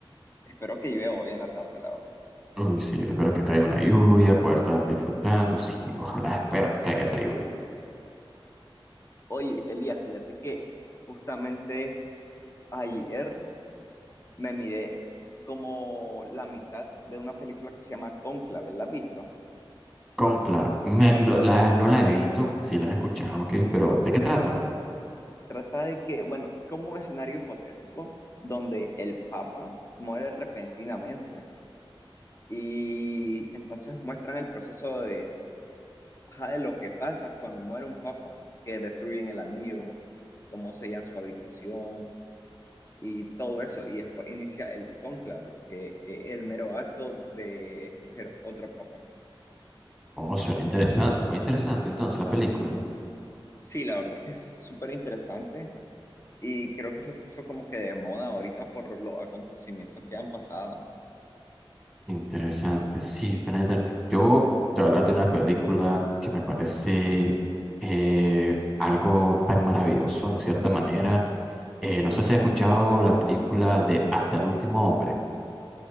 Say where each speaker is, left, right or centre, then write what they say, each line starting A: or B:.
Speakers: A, on the left; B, in the centre.
A: Espero que llueva hoy en la tarde, la verdad.
B: Uy, sí, yo espero que caiga una lluvia, poder estar disfrutando. Sí, ojalá espero que caiga esa lluvia.
A: Oye, Elías, fíjate que justamente ayer me miré como la mitad de una película que se llama Cónclave, ¿la has visto?
B: Con claro, no, la, no la he visto, sí la he escuchado, ok, pero ¿de qué trata?
A: Trata de que, bueno, es como un escenario hipotético donde el Papa muere repentinamente. Y entonces muestran el proceso ajá, de lo que pasa cuando muere un papa, que destruyen el anillo, cómo sellan su habitación y todo eso. Y después inicia el cónclave, que es el mero acto de escoger otro papa.
B: Oh, suena interesante, fue interesante entonces la película.
A: Sí, la verdad es que es súper interesante y creo que se puso como que de moda ahorita por los acontecimientos que han pasado
B: Interesante, sí, suena inter- Yo te voy a hablar de una película que me parece eh, algo tan maravilloso, de cierta manera. Eh, no sé si has escuchado la película de Hasta el último hombre